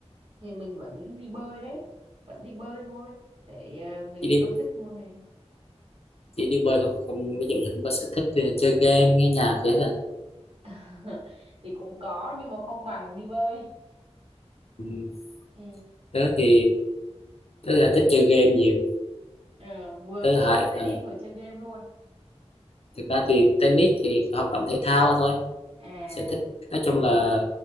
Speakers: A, on the right; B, on the left.
A: thì mình vẫn đi bơi đấy vẫn đi bơi thôi để ờ, mình
B: chỉ đi
A: yêu thích môn này
B: chỉ đi bơi không không ví dụ như không có sở thích thì chơi game nghe nhạc thế là
A: <laughs> thì cũng có nhưng mà không bằng đi bơi
B: ừ.
A: ừ.
B: tớ thì tớ là thích chơi game nhiều
A: Ờ, vừa
B: tớ
A: chơi
B: hại
A: tennis
B: à,
A: vừa chơi game luôn
B: thực ra thì tennis thì hoạt động thể thao thôi
A: à
B: sở thích nói chung là